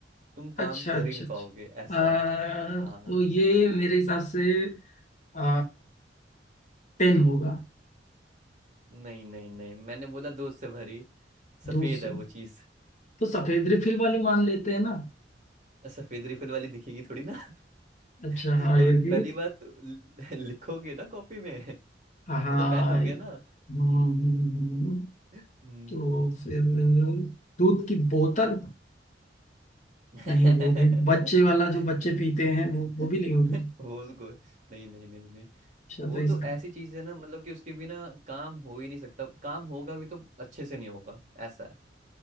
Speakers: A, on the right (about 45°); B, on the left (about 40°).
A: तुम काम
B: अच्छा
A: कर
B: अच्छा
A: ही नहीं पाओगे
B: अच्छा
A: ऐसा
B: आ,
A: हाँ
B: तो ये मेरे हिसाब से आ, पेन होगा
A: नहीं नहीं नहीं मैंने बोला दूध से भरी सफेद
B: दूर से
A: है वो चीज़
B: तो सफेद रिफिल वाली मान लेते हैं ना
A: सफेद रिफिल वाली दिखेगी थोड़ी ना
B: अच्छा
A: <laughs>
B: हाँ
A: और
B: ये भी
A: पहली बात तो ल- लिखोगे ना कॉपी में <laughs>
B: हाँ
A: वो तो पेन हो
B: हम्म,
A: गया ना
B: हम्म, हम्म,
A: हम्म
B: तो फिर दूध की बोतल
A: <laughs> बिल्कुल
B: नहीं वो भी बच्चे वाला जो बच्चे पीते हैं
A: <laughs>
B: वो वो भी नहीं होगी
A: वो उसको नहीं नहीं नहीं नहीं
B: अच्छा
A: वो
B: तो इस
A: तो
B: अच्छा
A: ऐसी चीज है ना मतलब कि उसके बिना काम हो ही नहीं सकता काम होगा भी तो अच्छे से नहीं होगा ऐसा है